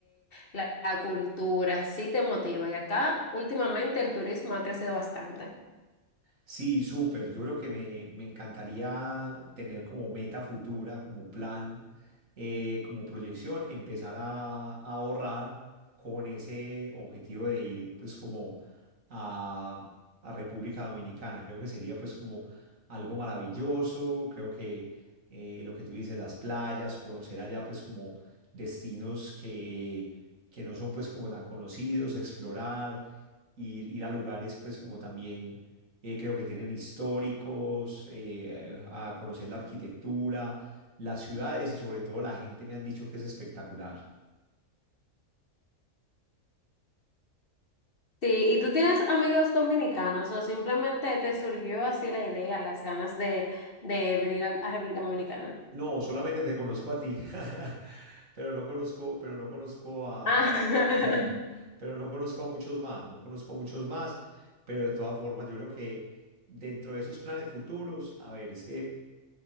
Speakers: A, on the left; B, on the right.
A: La, la cultura sí te motiva y acá últimamente el turismo ha crecido bastante.
B: Sí, súper. Yo creo que me, me encantaría tener como meta futura, como plan, eh, como proyección, empezar a, a ahorrar con ese objetivo de ir pues como a, a República Dominicana. Creo que sería pues como algo maravilloso. Creo que eh, lo que tú dices, las playas, conocer allá pues como destinos que, que no son pues como tan conocidos, explorar, ir, ir a lugares pues como también eh, creo que tienen históricos, eh, a conocer la arquitectura, las ciudades y sobre todo la gente me han dicho que es espectacular.
A: Sí, ¿y tú tienes amigos dominicanos o simplemente te surgió así la idea, las ganas de, de venir a, a República Dominicana?
B: No, solamente te conozco a ti, <laughs> pero no conozco, pero no conozco a,
A: Ah,
B: <laughs>
A: <laughs>
B: pero no conozco a muchos más, no conozco a muchos más, pero de todas formas yo creo que dentro de esos planes futuros, a ver, es que